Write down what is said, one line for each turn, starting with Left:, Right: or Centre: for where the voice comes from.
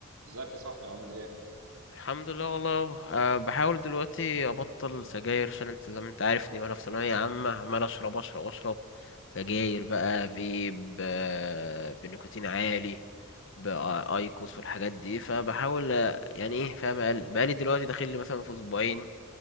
Right: ازيك يا صاحبي عامل ايه؟
Left: الحمد لله والله أه بحاول دلوقتي ابطل سجاير عشان انت زي ما انت عارفني وانا في ثانويه عامه عمال اشرب اشرب اشرب سجاير بقى فيب آه، بنيكوتين عالي بايكوس والحاجات دي فبحاول آه، يعني ايه فاهم أقل- بقالي دلوقتي داخل لي مثلا في اسبوعين